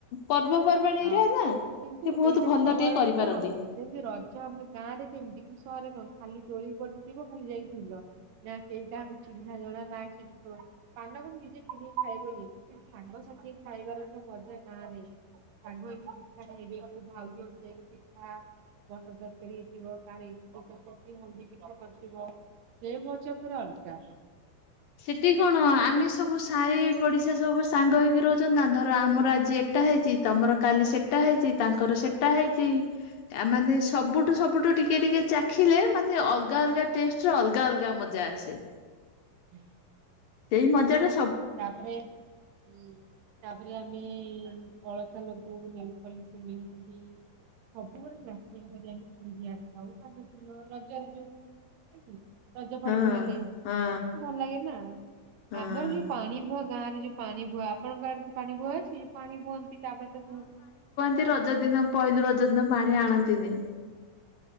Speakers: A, on the left (about 70°); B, on the right (about 75°).
A: ପର୍ବପର୍ବା ବାଣିରେ
B: ହଁ
A: ନା ଟିକେ
B: କିନ୍ତୁ
A: ବହୁତ
B: ଏଇଟା
A: ଭଲ
B: ସହରରେ
A: ଟିକେ କରିପାରନ୍ତି।
B: କଣ ଯେମିତି ରଜ ଆମେ ଗାଁ ରେ କେମିତି କଣ ସହରରେ କଣ ଖାଲି ଦୋଳି ପଡିଥିବ ଖାଲି ଯାଇକି ଝୁଲ। ନା କେଇ କାହାକୁ ଚିହ୍ନା ଜଣା ନା ସେଠି ପାନ ନିଜେ କିଣିକି ଖାଇବ। ସାଙ୍ଗସାଥି ଖାଇବାର ଯୋଉ ମଜା ଗାଁ ରେ। ସାଙ୍ଗ ହେଇକି ପିଠା ଖାଇବେ କୋଉ ଭାଉଜଟୁ ଯାଇକି ପିଠା। ମଟରତରକାରୀ ହେଇଥିବ ଇଟିଲି ହଳଦୀ ପିଠା କରିଥିବ। ସେ ମଜା ପୁରା ଅଲଗା।
A: ସେଠି କଣ ଆମେ ସବୁ ସାହି ପଡିଶା ସବୁ ସାଙ୍ଗ ହେଇକି ରହୁଛନ୍ତି ନା ଧର ଆମର ଆଜି ଏତି ସେଟା ହେଇଛି ତମର କାଲି ସେଟା ହେଇଛି ତାଙ୍କର ସେଟା ହେଇଛି। ଆ ମାନେ ସବୁଠୁ ସବୁଠୁ ଟିକେ ଟିକେ ଚାଖିଲେ ମାନେ ଅଲଗା ଅଲଗା ଟେଷ୍ଟରେ ଅଲଗା ଅଲଗା ମଜା ଆସେ।
B: ହୁଁ
A: ସେଇ ମଜାର
B: ତାପରେ ହୁଁ ତାପରେ ଆମେ ଅଳତା ଲଗାଉ ନେଲପଲିସି ମେହେନ୍ଦି ସବୁବେଳେ ମାଚିଙ୍ଗ କରି ଆମେ ପିନ୍ଧିବା ଆଉ କାନ ଫୁଲ ରଜରେ ଯଉ ନାଇକି ରଜ ପର୍ବ
A: ହଁ
B: ହେଲେ
A: ହଁ
B: ଭଲ ଲାଗେ ନା
A: ହଁ।
B: ଆମର ଯଉ ପାଣି ଭୁହ ଗାଁ ରେ ଯୋଉ ପାଣି ଭୁଆ ଆପଣଙ୍କ ଗାଁ ଆଡ଼େ ପାଣି ଭୁହ ଅଛି। ପାଣି ଭୁଅନ୍ତି ତା ପରେ ତା
A: ସେ ରଜ ଦିନ ପହିଲି ରଜ ଦିନ ପାଣି ଆଣନ୍ତିନି